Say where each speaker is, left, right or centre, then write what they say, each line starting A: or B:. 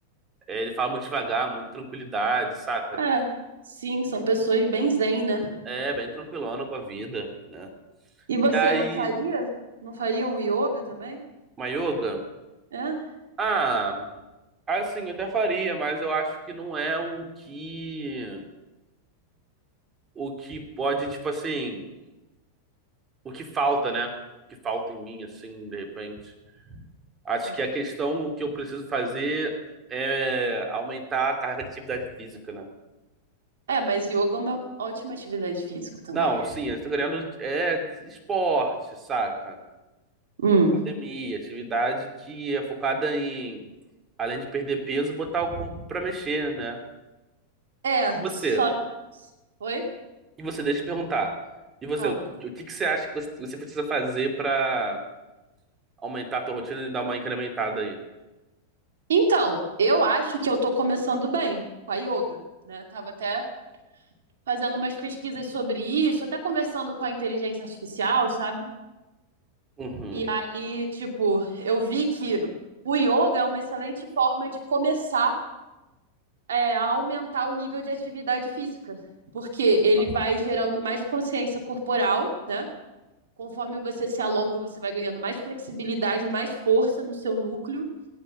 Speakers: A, on the right; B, on the right.
A: é, ele fala muito devagar, muito tranquilidade, saca?
B: é. Sim, são pessoas bem zen, né?
A: É, bem tranquilona com a vida, né?
B: E você
A: E aí,
B: não faria? Não faria um yoga também?
A: Mayoga?
B: É?
A: Ah, assim, eu até faria, mas eu acho que não é o que. O que pode, tipo assim. O que falta, né? O que falta em mim, assim, de repente. Acho
B: Ué.
A: que a questão, o que eu preciso fazer é aumentar a carga de atividade física, né?
B: É, mas yoga é uma ótima atividade física também.
A: Não, sim, eu tô querendo é esporte, saca?
B: Hum.
A: academia, atividade que é focada em, além de perder peso, botar o corpo pra mexer, né?
B: É,
A: E você?
B: só. Oi?
A: E você, deixa eu te perguntar. E você,
B: Fala.
A: o que que você acha que você você precisa fazer pra aumentar a tua rotina e dar uma incrementada aí?
B: Então, eu acho que eu tô começando bem com a yoga, né? Eu tava até fazendo umas pesquisas sobre isso, até conversando com a inteligência artificial, sabe?
A: Uhum.
B: E aí, tipo, eu vi que o yoga é uma excelente forma de começar é, a aumentar o nível de atividade física, porque ele
A: Ah,
B: vai gerando mais consciência corporal, né? Conforme você se alonga, você vai ganhando mais flexibilidade, mais força no seu núcleo,